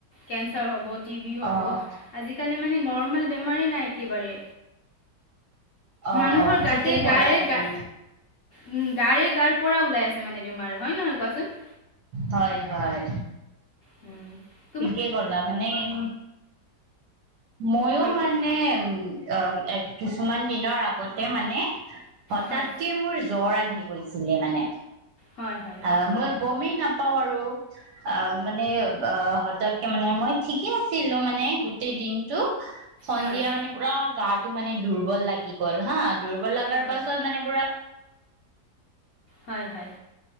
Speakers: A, on the left; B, on the right.
A: কেঞ্চাৰ হ'ব, টি বি হ'ব
B: অ',
A: আজিকালি মানে নৰ্মেল বেমাৰেই নাই একেবাৰে।
B: অ',
A: মানুহৰ
B: ঠিকেই
A: গাতে
B: ক'লা
A: গাৰে
B: তুমি
A: গা উম, গাৰে গাৰ পৰা ওলাই আছে মানে বেমাৰ হয় নে নহয় কোৱাচোন?
B: হয় - হয়।
A: হুম।
B: ঠিকেই কলা মানে এম ময়ো
A: হয়
B: মানে
A: কোৱা
B: উম আ এ কিছুমান দিনৰ আগতে মানে হঠাৎকে
A: হয়
B: মোৰ জ্বৰ আহি গৈছিলে মানে
A: হয় - হয়।
B: আ মই গমেই নাপাওঁ আৰু আ মানে আ হঠাৎ কে মানে মই ঠিকে আছিলো মানে গোটেই দিনটো, সন্ধিয়া
A: হয়
B: মানে পুৰা গাটো মানে দুৰ্বল লাগি গ'ল হা। দুৰ্বল লগাৰ
A: হয়
B: পাছত মানে পুৰা
A: হয়- হয়,